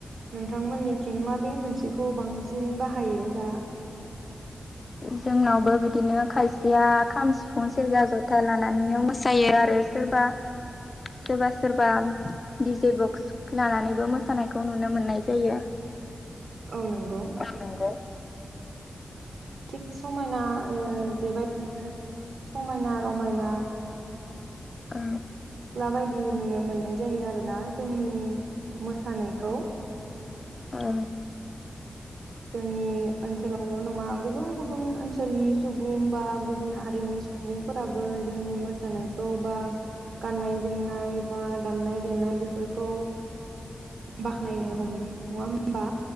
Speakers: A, on the right; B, on the left.
A: नोंथांमोननिथिं माबे मोनसेखौ बांसिन बाहायो दा?
B: जोंनावबो बिदिनो खायसेया खाम, सिफुं, सेरजा, जथा लानानैनो मोसायो आरो सोरबा सोरबा - सोरबा दि डि जे बक्स लानानैबो मोसानायखौ नुनो मोननाय जायो।
A: औ नंगौ
B: औ नंगौ।
A: थिग समायना ओ बेबायदिनो समायना रमायना
B: ओ।
A: सिख्ला बायदि नुनो मोननाय जायो आरोना जों मोसानायख
B: ओ।
A: जोंनि ओनसोलावल' नङा गुबुन- गुबुन ओनसोलनि सुबुं बा गुबुन हारिनि सुबुंफोराबो जोंनि मोसानायखौ बा गाननाय - जोमनाय बा दामनाय- देनाय बेफोर खौ बाख्नायनो हम <inaudible> नङा होमबा?